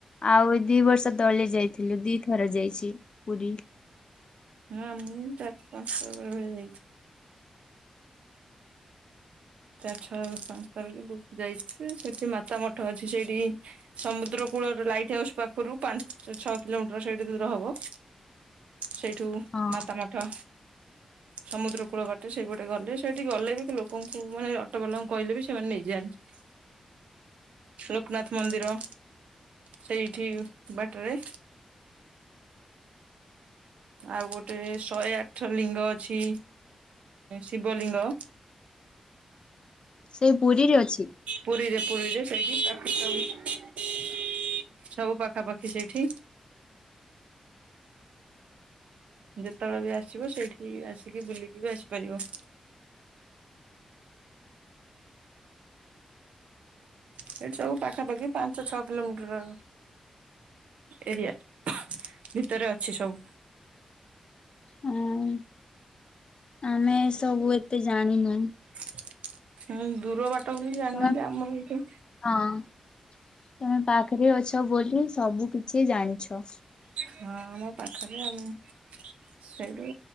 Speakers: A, on the left; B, on the right.
A: ଆଉ ଦି ବର୍ଷ ତଳେ ଯାଇଥିଲୁ ଦିଥର ଯାଇଛି। <unintelligible> ପୁରୀ
B: ହଁ ମୁଇଁ ଚାରି ପାଞ୍ଚ <unintelligible> ଯାଇଛି। ଚାରଥର ପାଞ୍ଚଥର କିନ୍ତୁ ଯାଇଛି। ସେଠି ମାତା ମଠ ଅଛି ସେଇଠି ସମୁଦ୍ର କୂଳର ଲାଇଟ୍ ହାଉସ୍ ପାଖରୁ ପାଞ୍ଚ ଛଅ କିଲୋମିଟର ସେଇଠୁ ଦୂର ହବ। ସେଇଠୁ
A: ହଁ
B: ମାତା ମଠ। ସମୁଦ୍ର କୂଳ ବାଟେ ସେଇ ପଟେ ଗଲେ, ସେଇଠି ଗଲେ ବି ଲୋ ଲୋକଙ୍କୁ ମାନେ ଅଟୋବାଲାଙ୍କୁ କହିଲେ ବି ସେମାନେ ନେଇଯାନ୍ତି। ଲୋକନାଥ ମନ୍ଦିର। ସେଇଠି ବାଟେରେ ଆଉ ଗୋଟେ ଶହେ ଆଠ ଲିଙ୍ଗ ଅଛି ଶିବ ଲିଙ୍ଗ।
A: ସେ ପୁରୀରେ ଅଛି?
B: ପୁରୀରେ ପୁରୀରେ ସେଇଠି ପାଖ <inaudible> ସବୁ ପାଖାପାଖି ସେଇଠି। ଯେତେବେଳେ ବି ଆସିବ ସେଇଠି ଆସିକି ବୁଲିକି ବି ଆସିପାରିବ। ଏଇଠି ସବୁ ପାଖାପାଖି ପାଞ୍ଚ ଛଅ କିଲୋମିଟର। ଏରିଆ ଭିତରେ ଅଛି ସବୁ।
A: ଅଁ ଆମେ ଏ ସବୁ ଏତେ ଜାଣିନାହୁଁ।
B: <unintelligible> ଦୂର ବାଟ ବୋଲି ଜାଣିନାହାନ୍ତି
A: ତମେ
B: ଆମର ଏଇଠି
A: ହଁ ତମେ ପାଖରେ ଅଛ ବୋଲି ସବୁ କିଛି ଜାଣିଛ।
B: ହଁ ଆମ ପାଖରେ ଆମେ ସେଇଠୁ